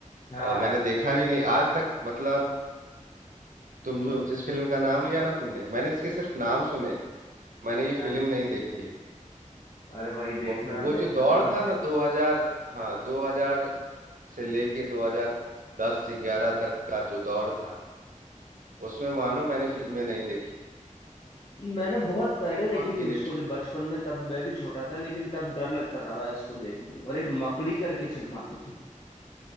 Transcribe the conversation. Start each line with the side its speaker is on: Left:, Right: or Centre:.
Left: हाँ
Right: अ, मैंने देखा भी नहीं आज तक मतलब तुम जो जिस फिल्म का नाम लिया ना तुमने मैंने इसके सिर्फ नाम सुने मैंने ये
Left: हाँ
Right: फिल्म नहीं देखी है
Left: अरे भाई देखना
Right: म- वो
Left: देखना
Right: जो दौर
Left: मतलब
Right: था ना 2000 हाँ 2000 से लेके 2010 से 11 तक का जो दौर था उसमें मानो मैंने फिल्में नहीं देखी
Left: मैंने बहुत पहले देखी
Right: बहुत गिने
Left: थी उसको
Right: चुने
Left: जब बचपन में तब मैं भी छोटा था लेकिन तब डर लगता था मैं उसको देखने में। और एक मकड़ी करके फिल्म आती थी